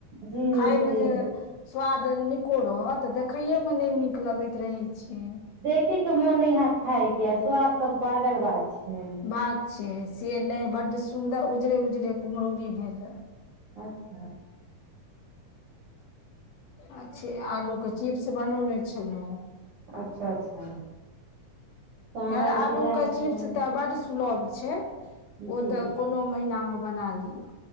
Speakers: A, on the right (about 60°); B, on the left (about 80°).
A: जी
B: खाय
A: सही
B: मे जे
A: बात
B: स्वाद नीको रहत तऽ देखै मे नहि नीक लगैत रहैत छियै
A: देखेके मोन नहि हत खाय के आ स्वाद तऽ स्वादक बात छै
B: बात छै से नहि बडड सुंन्दर उजरे उजरे कुम्ररी भेल रहे
A: अच्छा।
B: अच्छे आलू के चीप। बनौने छलहुँ
A: अच्छा अच्छा
B: खैर
A: घर मते
B: आलूके
A: देह
B: चिप्स
A: छै
B: तऽ बड़ सुलभ छै ओ
A: जी
B: तऽ कोनो महीना मे बना लियअ